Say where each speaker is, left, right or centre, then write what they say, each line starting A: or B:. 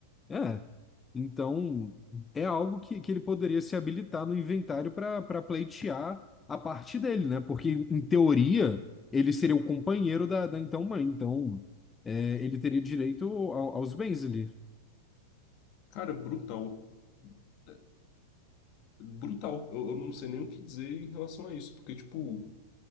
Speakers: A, on the left; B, on the left.
A: É. Então, é algo que, que ele poderia se habilitar no inventário para para pleitear a parte dele, né? Porque, em teoria, ele seria o companheiro da, da então mãe. Então, é, ele teria direito ao- aos bens ali.
B: Cara, brutal. É, Brutal. Eu, eu não sei nem o que dizer em relação a isso, porque, tipo,